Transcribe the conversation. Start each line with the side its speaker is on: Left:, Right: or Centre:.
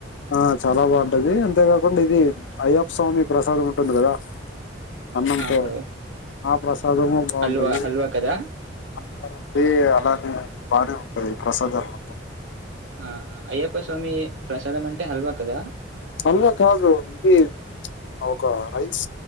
Left: ఆ చాలా బాగుంటది. అంతేకాకుండా ఇది అయ్యప్ప స్వామి ప్రసాదం ఉంటుంది కదా. అన్నంతో
Right: ఆ! బ్రో.
Left: ఆ ప్రసాదము బాగుంటది
Right: హల్వా, హల్వా కదా?
Left: అన్నం బే అలానే బాగానే ఉంటాది ప్రసాదాలు మొ
Right: ఆ అయ్యప్ప స్వామి ప్రసాదం అంటే హల్వా కదా
Left: అల్వా కాదు ఇది ఒక రైస్